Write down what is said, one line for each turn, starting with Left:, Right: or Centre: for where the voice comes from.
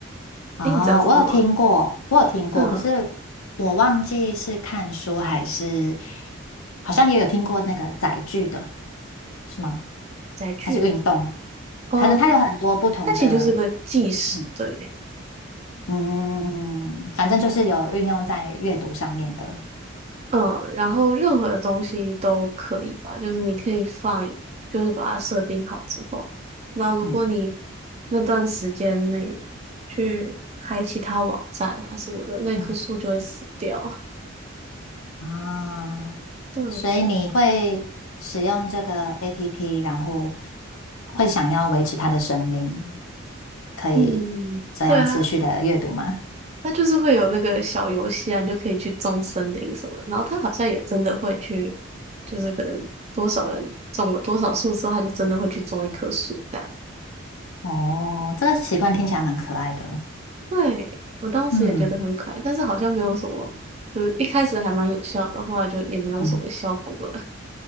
Left: 哦，
Right: 诶，你知道这个吗？
Left: 我有听过，我有听过，
Right: 嗯，
Left: 可是我忘记是看书还是，好像也有听过那个载具的，是吗？
Right: 载具
Left: 还是运动？
Right: 哦，
Left: 可能它有很多不同的，
Right: 它其实就是个计时，
Left: 嗯
Right: 对，
Left: 嗯，反正就是有运用在阅读上面的，
Right: 嗯，然后任何的东西都可以吧，就是你可以放，就是把它设定好之后，那如果你
Left: 嗯
Right: 那段时间内去开其他网站啊什么的，那棵树就会死掉。
Left: 嗯啊，
Right: 对，
Left: 所以你会使用这个 APP，然后会想要维持它的生命，可以这样持续的阅读吗？
Right: 嗯，对啊，它就是会有那个小游戏啊，你就可以去种森林什么的。然后它好像也真的会去，就是可能多少人种了多少树之后，它就真的会去种一棵树这样。
Left: 哦，这个习惯听起来蛮可爱的。
Right: 对，我当时也觉得很可爱，
Left: 嗯
Right: 但是好像没有什么，就是一开始还蛮有效的，后来就也没有什么效果了。
Left: 嗯，